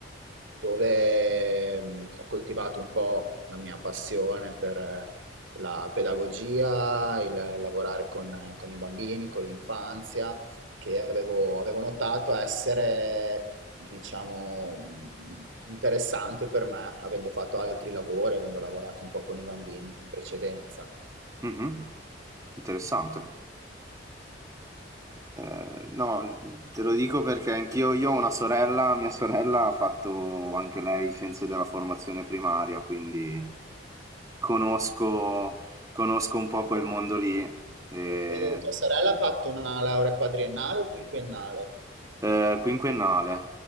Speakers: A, on the right; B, on the right.
A: dove mh, ho coltivato un po' la mia passione per la pedagogia, il lavorare con, con i bambini, con l'infanzia, che avevo, avevo notato essere, diciamo, mh, interessante per me, avendo fatto altri lavori, avendo lavorato un po' con i bambini in precedenza.
B: mhm. Interessante. Eh, no, te lo dico perché anch'io io ho una sorella, mia sorella ha fatto anche lei scienze della formazione primaria, quindi conosco, conosco un po' quel mondo lì. E,
A: E le- tua sorella ha fatto una laurea quadriennale o quinquennale?
B: eh, quinquennale